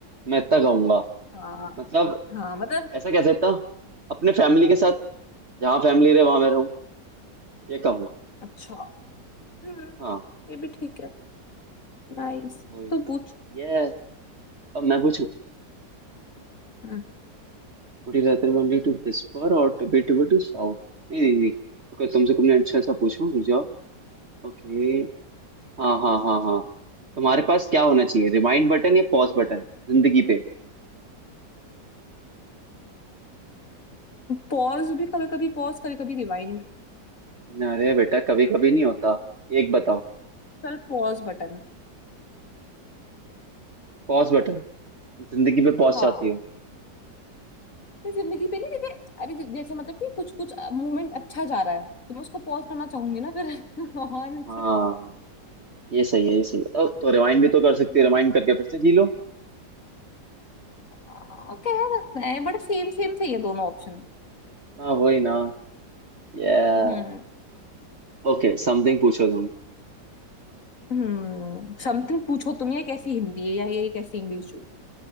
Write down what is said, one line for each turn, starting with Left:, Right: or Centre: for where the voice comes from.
Right: मैं इतना कहूंगा
Left: हाँ
Right: मतलब
Left: हाँ मतलब
Right: ऐसा कह सकता हूँ, अपने फैमिली के साथ जहाँ फैमिली रहे वहां मैं रहूँ ये कहूंगा
Left: अच्छा हम्म
Right: हाँ
Left: ये भी ठीक है नाइस
Right: वही
Left: तो पूछ
Right: ये अब मैं पूछूं
Left: हम्म
Right: Would you rather only to whisper or to be to to sound नहीं नहीं नहीं रुको, तुमसे कुछ अच्छा ऐसा पूछूं रुक जाओ ओके हाँ हाँ हाँ हाँ तुम्हारे पास क्या होना चाहिए रिमाइंड बटन या पॉज बटन जिंदगी पे
Left: पॉज भी कभी कभी पॉज कभी कभी रिवाइंड
Right: अरे बेटा कभी कभी नहीं होता एक बताओ
Left: चल पॉज बटन
Right: Pause button जिंदगी में पॉज
Left: हाँ
Right: चाहती हो
Left: ये जिंदगी पे नहीं देखे अरे जै- जैसे मतलब कि कुछ कुछ मूवमेंट अच्छा जा रहा है तो मैं उसको पॉज करना चाहूंगी ना फिर <laughs> और नहीं तो
Right: हाँ ये सही है ये सही है ओ, तो रिवाइंड भी तो कर सकती
Left: वही-
Right: है रिवाइंड करके फिर से जी लो
Left: आ, कह सकते हैं बट सेम सेम से ये दोनों ऑप्शन
Right: हाँ वही ना या
Left: हम्म
Right: ओके समथिंग पूछो तुम
Left: हम्म समथिंग पूछो तुम ये कैसी हिंदी है या ये कैसी इंग्लिश हुई